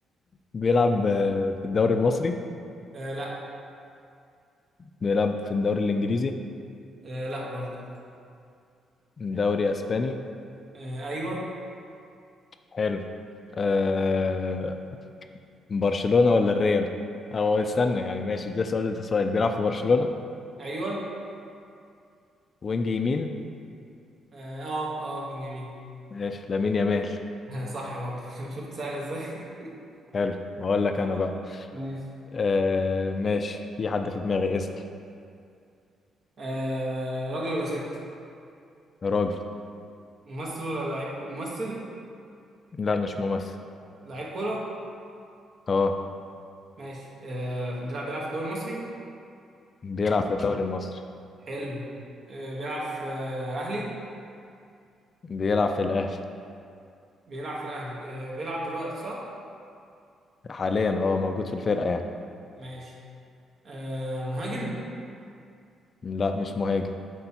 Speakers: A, on the left; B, on the right.
A: بيلعب آه، في الدوري المصري
B: آه لا
A: بيلعب في الدوري الانجليزي
B: آه لا برضو
A: دوري اسباني
B: آه ايوه
A: حلو آه برشلونه ولا الريال او استنى يعني ماشي ده سؤال ده سؤال بيلعب في برشلونه
B: ايوه
A: وينج يمين
B: اه اه آه، من جميل
A: ماشي لامين يامال
B: <laughs> صح برضو <laughs> شفت سهلة ازاي
A: حلو هقول لك
B: <laughs>
A: انا بقى
B: ماشي
A: آه ماشي في حد في دماغي اسال
B: آه راجل ولا ست
A: راجل
B: ممثل ولا لعيب كو- ممثل
A: لا مش ممثل
B: لعيب كورة
A: اه
B: ماشي آه في- بيلعب بيلعب في الدوري المصري
A: بيلعب في الدوري المصري
B: حلو آه بيلعب في آه أهلي
A: بيلعب في الاهلي
B: بيلعب في الاهلي آه بيلعب دلوقتي صح
A: حاليا اه موجود في الفرقه يعني
B: ماشي آه مهاجم
A: لا مش مهاجم